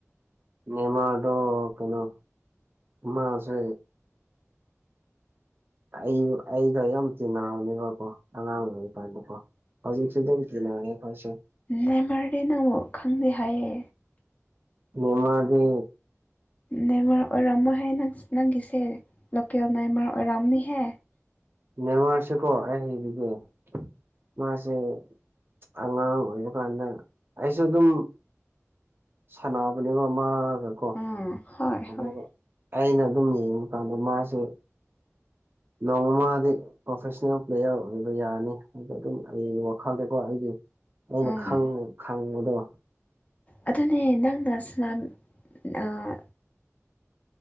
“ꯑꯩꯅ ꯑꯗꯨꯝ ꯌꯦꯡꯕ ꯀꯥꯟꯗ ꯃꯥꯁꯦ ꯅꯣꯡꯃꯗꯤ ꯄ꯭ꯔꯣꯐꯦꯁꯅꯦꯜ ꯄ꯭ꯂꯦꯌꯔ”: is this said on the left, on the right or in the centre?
Right